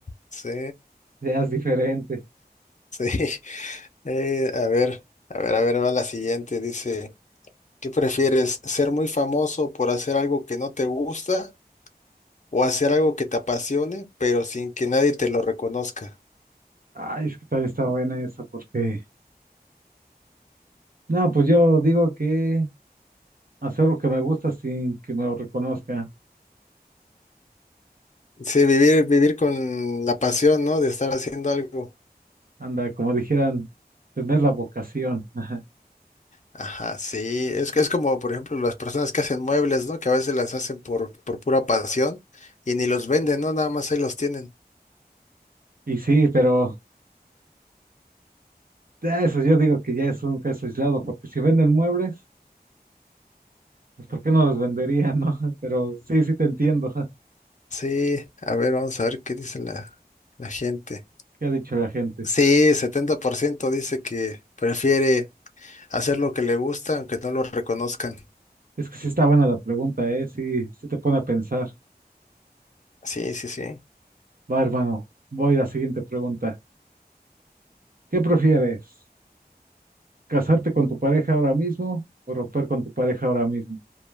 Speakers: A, on the left; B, on the right.
A: Sí,
B: ya es diferente.
A: sí. <laughs> Eh, a ver, a ver, a ver, va la siguiente. Dice, ¿qué prefieres? ¿Ser muy famoso por hacer algo que no te gusta o hacer algo que te apasione, pero sin que nadie te lo reconozca?
B: Ay, es que también está buena esa porque... No, pues yo digo que hacer lo que me gusta sin que me lo reconozcan.
A: Sí, vivir, vivir con la pasión, ¿no? De estar haciendo algo.
B: Anda, como dijeran, tener la vocación. <laughs>
A: Ajá, sí, es que es como, por ejemplo, las personas que hacen muebles, ¿no? Que a veces las hacen por, por pura pasión y ni los venden, ¿no? Nada más ahí los tienen.
B: Y sí, pero ya eso yo digo que ya es un caso aislado, porque si venden muebles, pues ¿por qué no los venderían, no? <laughs> Pero sí, sí te entiendo, <laughs>
A: Sí, a ver, vamos a ver qué dice la, la gente.
B: ¿qué ha dicho la gente?
A: Sí, 70% dice que prefiere hacer lo que le gusta aunque no lo reconozcan.
B: Es que sí está buena la pregunta, ¿eh? Sí, sí te pone a pensar.
A: Sí, sí, sí.
B: Va, hermano, voy a la siguiente pregunta. ¿Qué prefieres? ¿Casarte con tu pareja ahora mismo o romper con tu pareja ahora mismo?